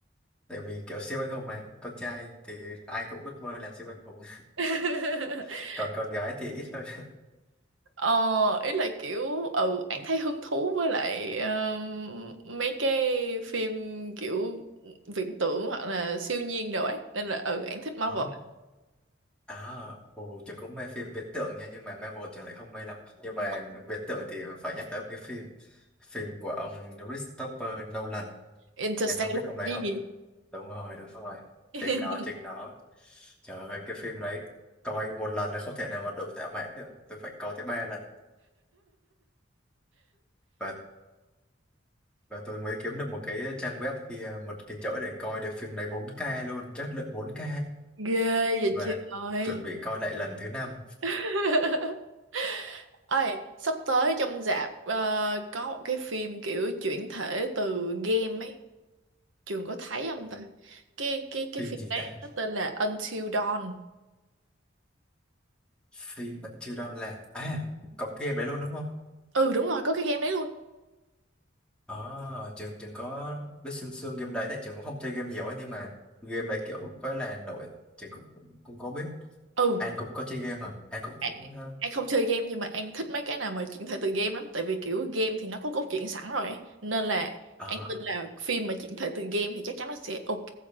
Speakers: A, in the centre; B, on the right (about 85°).
A: tại vì kiểu siêu anh hùng mà con trai thì ai cũng ước mơ làm siêu anh hùng
B: <laughs>
A: <laughs> còn con gái thì ít hơn
B: Ờ, ý là kiểu ừ An thấy hứng thú với lại um, mấy cái phim kiểu viễn tưởng hoặc là siêu nhiên đồ ấy nên là ừ An thích Marvel.
A: Ờ. À, ồ, Trường cũng mê phim viễn tưởng nha, nhưng mà Marvel Trường lại không mê lắm. Nhưng mà
B: Ờ.
A: viễn tưởng thì phải nhắc tới cái phim phim của ông Christopher Nolan.
B: Interstellar
A: Anh không biết ông đấy
B: cái
A: không?
B: gì?
A: Đúng rồi, đúng rồi.
B: <laughs>
A: Chính nó, chính nó. Trời ơi, cái phim đấy coi một lần là không thể nào mà đủ thỏa mãn được. Tôi phải coi tới ba lần. Và và tôi mới kiếm được một cái trang web kia, một cái chỗ để coi được phim đấy 4K luôn, chất lượng 4K.
B: Ghê vậy
A: Và
B: trời.
A: chuẩn bị coi lại lần thứ năm.
B: <laughs> Ơi, sắp tới trong rạp ờ, có một cái phim kiểu chuyển thể từ game ấy. Trường có thấy không
A: Ồ,
B: ta? Cái cái cái
A: Phim
B: phim
A: gì
B: đấy
A: ta?
B: nó tên là Until Dawn.
A: phim Until Dawn là à có game đấy luôn đúng không
B: ừ đúng rồi có cái game đấy luôn
A: ờ trường trường có biết sương sương game đấy tại trường cũng không chơi game nhiều ấy nhưng mà game đấy kiểu có là nổi trường cũng, cũng cũng có biết
B: ừ
A: An cũng có chơi game hả An cũng
B: An
A: cũng ờ
B: An không chơi game nhưng mà An thích mấy cái nào mà chuyển thể từ game lắm tại vì kiểu game thì nó có cốt truyện sẵn rồi ấy. nên là
A: ờ,
B: An tin là phim mà chuyển thể từ game thì chắc chắn nó sẽ ok